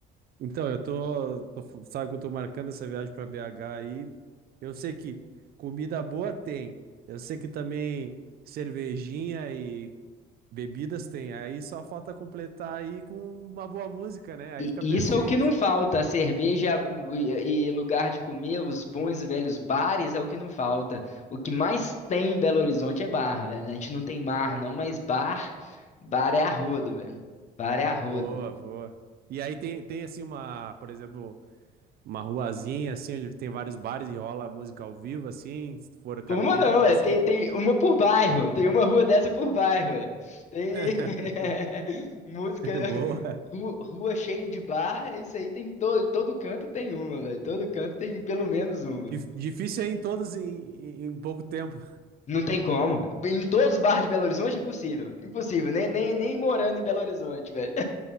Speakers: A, on the right; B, on the left.
A: então, eu tô, tô- sabe que eu tô marcando essa viagem para BH aí. Eu sei que comida boa tem. Eu sei que também cervejinha e Bebidas tem, aí só falta completar aí com uma boa música, né? Aí
B: E
A: fica
B: e
A: perfeito.
B: isso é o que não falta, a cerveja e e lugar de comer, os bons e velhos bares é o que não falta. O que mais tem em Belo Horizonte é bar, velho. A gente não tem mar não, mas bar, bar é arrodo, velho. Bar é arrodo.
A: Boa, boa. E aí tem, tem assim uma, por exemplo, uma ruazinha assim, onde tem vários bares e rola música ao vivo, assim, se tu for caminhando,
B: Uma não, é,
A: assim.
B: tem, tem uma por bairro, tem uma rua dessa por bairro, é. Tem
A: <laughs>
B: <laughs> música,
A: Boa.
B: ru- rua cheio de barra, isso aí tem todo, todo canto tem uma, velho. Todo canto tem pelo menos uma.
A: Dif- Difícil é em todos em, em- em pouco tempo.
B: Não tem como. Em todos os bares de Belo Horizonte, impossível. Impossível. Nem, nem, nem morando em Belo Horizonte, velho.